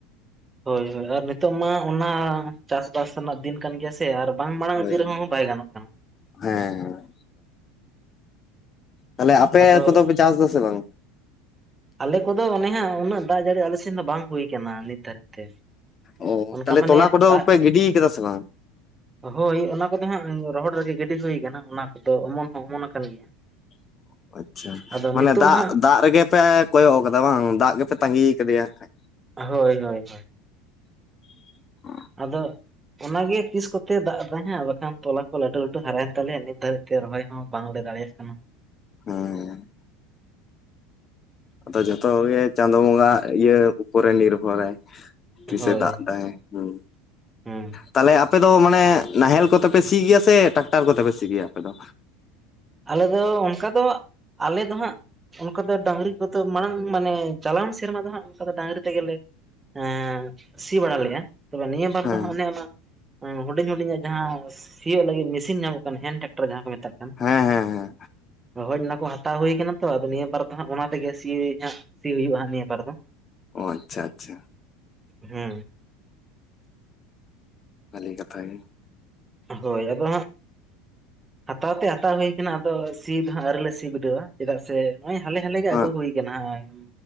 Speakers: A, on the right (about 15°); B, on the left (about 30°).
A: ᱦᱚᱭ - ᱦᱚᱭ ᱟᱨ ᱱᱤᱛᱚᱜ ᱢᱟ ᱚᱱᱟ ᱪᱟᱥ-ᱵᱟᱥ ᱨᱮᱱᱟᱜ ᱫᱤᱱ ᱠᱟᱱ ᱜᱮᱭᱟ ᱥᱮ᱾ ᱥᱮ ᱟᱨ ᱵᱟᱝ ᱢᱟᱲᱟᱝ
B: ᱦᱳᱭ
A: ᱤᱫᱤ ᱨᱮᱦᱚᱸ ᱵᱟᱭ ᱜᱟᱱᱚᱜ ᱠᱟᱱᱟ᱾
B: ᱦᱮᱸ ᱛᱟᱞᱦᱮ ᱟᱯᱮ
A: ᱟᱫᱚ
B: ᱠᱚᱫᱚᱯᱮ ᱪᱟᱥ ᱫᱟᱥᱮ ᱵᱟᱝ
A: ᱟᱞᱮ ᱠᱚᱫᱚ ᱚᱱᱮ ᱦᱟᱸᱜ ᱩᱱᱟᱹᱜ ᱫᱟᱜ ᱡᱟᱹᱲᱤ ᱟᱞᱮ ᱥᱮᱱ ᱫᱚ ᱵᱟᱝ ᱦᱩᱭ ᱠᱟᱱᱟ ᱱᱤᱛ ᱫᱷᱟᱹᱨᱤᱡ ᱛᱮ
B: ᱚ
A: ᱚᱱᱠᱟ
B: ᱛᱟᱞᱦᱮ
A: ᱢᱟᱱᱮ
B: ᱛᱚᱞᱟ ᱠᱚᱫᱚ
A: ᱫᱟᱜ
B: ᱯᱮ ᱜᱤᱰᱤᱭᱠᱟᱫᱟ ᱥᱮ ᱵᱟᱝ?
A: ᱦᱳᱭ ᱚᱱᱟ ᱠᱚᱫᱚ ᱦᱟᱸᱜ ᱨᱚᱦᱚᱲ ᱨᱮᱜᱮ ᱜᱤᱰᱤ ᱦᱩᱭ ᱠᱟᱱᱟ ᱚᱱᱟ ᱠᱚᱫᱚ ᱚᱢᱚᱱ ᱦᱚᱸ ᱚᱢᱚᱱ ᱟᱠᱟᱱ ᱜᱮᱭᱟ
B: <inaudible> ᱟᱪᱪᱷᱟ
A: ᱟᱫᱚ
B: ᱢᱟᱱᱮ
A: ᱱᱤᱛᱚᱜ
B: ᱫᱟᱜ
A: ᱦᱟᱸᱜ
B: ᱫᱟᱜ ᱨᱮᱜᱮ ᱯᱮ ᱠᱚᱭᱚᱜ ᱠᱟᱫᱟ ᱵᱟᱝ ᱫᱟᱜ ᱜᱮᱯᱮ ᱛᱟᱸᱜᱤ ᱠᱟᱫᱮᱭᱟ ᱦᱟᱸᱜ ᱠᱷᱟᱡ
A: ᱦᱳᱭ ᱦᱳᱭ ᱦᱳᱭ
B: <unintelligible>
A: ᱟᱫᱚ ᱚᱱᱟᱜᱮ ᱛᱤᱥᱠᱚᱛᱮᱭ ᱫᱟᱜ ᱮᱫᱟ ᱦᱮᱸ ᱵᱟᱠᱷᱟᱱ ᱛᱚᱞᱟ ᱠᱚ ᱞᱟᱹᱴᱩ ᱞᱟᱹᱴᱩ ᱦᱟᱨᱟᱭᱮᱱ ᱛᱟᱞᱮᱭᱟ ᱱᱤᱛ ᱫᱷᱟᱹᱨᱤᱡ ᱛᱮ ᱨᱚᱦᱚᱭ ᱦᱚᱸ ᱵᱟᱝᱞᱮ ᱫᱟᱲᱮᱭᱟᱜ ᱠᱟᱱᱟ
B: ᱦᱩᱸ ᱟᱫᱚ ᱡᱷᱚᱛᱚᱜᱮ ᱪᱟᱸᱫᱳ ᱵᱚᱸᱜᱟ ᱤᱭᱟᱹ ᱩᱯᱚᱨᱮ ᱱᱤᱨᱵᱷᱚᱨᱟᱭ ᱾ ᱛᱤᱥᱮ
A: ᱦᱳᱭ
B: ᱫᱟᱜ ᱫᱟᱭ, ᱦᱩᱸ
A: ᱦᱩᱸ
B: ᱛᱟᱦᱞᱮ ᱟᱯᱮ ᱫᱚ ᱢᱟᱱᱮ ᱱᱟᱦᱮᱞ ᱠᱚᱛᱮᱯᱮ ᱥᱤ ᱜᱮᱭᱟ ᱥᱮ ᱴᱟᱠᱴᱟᱨ ᱠᱚᱛᱮ ᱯᱮ ᱥᱤ ᱜᱮᱭᱟ ᱟᱯᱮ ᱫᱚ
A: ᱟᱞᱮ ᱫᱚ ᱚᱱᱠᱟ ᱫᱚ ᱟᱞᱮ ᱫᱚ ᱦᱟᱸᱜ ᱚᱱᱠᱟ ᱫᱚ ᱰᱟᱝᱨᱤ ᱠᱚᱫᱚ ᱢᱟᱲᱟᱝ ᱢᱟᱱᱮ ᱡᱟᱞᱟᱣᱟᱱ ᱥᱮᱨᱢᱟ ᱫᱚ ᱦᱟᱸᱜ ᱚᱱᱠᱟ ᱫᱚ ᱰᱟᱝᱨᱤ ᱛᱮᱜᱮᱞᱮ ᱮᱸ ᱥᱤ ᱵᱟᱲᱟ ᱞᱮᱜᱼᱟ, ᱛᱚᱵᱮ ᱱᱤᱭᱟᱹ ᱵᱟᱨ
B: ᱦᱮᱸ
A: ᱫᱚ ᱦᱟᱸᱜ ᱚᱱᱮ ᱚᱱᱟ ᱮᱸ, ᱦᱩᱰᱤᱧ ᱦᱩᱰᱤᱧᱟᱜ ᱡᱟᱦᱟᱸ ᱥᱤᱭᱳᱜ ᱞᱟᱹᱜᱤᱫ ᱢᱮᱥᱤᱱ ᱧᱟᱢᱚᱜ ᱠᱟᱱᱟ ᱦᱮᱱ ᱴᱨᱟᱠᱴᱟᱨ ᱡᱟᱦᱟᱸ ᱠᱚ ᱢᱮᱛᱟᱜ ᱠᱟᱱ ᱠᱟᱱ
B: ᱦᱮᱸ ᱦᱮᱸ ᱦᱮᱸ
A: ᱦᱳᱭ ᱚᱱᱟ ᱠᱚ ᱦᱟ <unintelligible> ᱦᱟᱛᱟᱣ ᱦᱩᱭ ᱠᱟᱱᱟ ᱛᱚ ᱟᱫᱚ ᱱᱤᱭᱟᱹ ᱵᱟᱨ ᱫᱚ ᱦᱟᱸᱜ ᱚᱱᱟ ᱛᱮᱜᱮ ᱥᱤᱭᱟᱹᱧ ᱦᱟᱸᱜ, ᱥᱤ ᱦᱩᱭᱩᱜᱼᱟ ᱦᱟᱸᱜ ᱱᱤᱭᱟᱹ ᱵᱟᱨ ᱫᱚ
B: ᱚ ᱟᱪᱪᱷᱟ ᱟᱪᱪᱷᱟ
A: ᱦᱮᱸ
B: ᱵᱷᱟᱞᱤ ᱠᱟᱛᱷᱟ ᱜᱮ
A: ᱦᱳᱭ ᱟᱫᱚ ᱦᱟᱸᱜ <inaudible> ᱦᱟᱛᱟᱣ ᱛᱮᱫ ᱦᱟᱛᱟᱣ ᱦᱩᱭ ᱟᱠᱟᱱᱟ ᱟᱫᱚ ᱥᱤ ᱫᱚ ᱦᱟᱸᱟᱜ ᱟᱨᱮ ᱥᱤ ᱵᱤᱰᱟᱹᱣᱟ ᱪᱮᱫᱟᱜ ᱥᱮ ᱱᱚᱜ ᱚᱚᱭ ᱦᱟᱞᱮ ᱦᱟᱞᱮ ᱜᱮ
B: ᱦᱮᱸ
A: ᱟᱹᱜᱩ ᱦᱩᱭ ᱠᱟᱱᱟ ᱠᱟᱱᱟ,